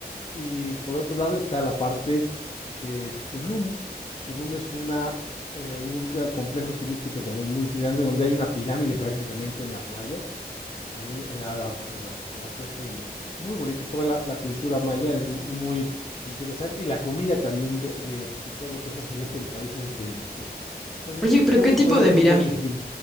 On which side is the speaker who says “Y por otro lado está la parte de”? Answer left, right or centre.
Left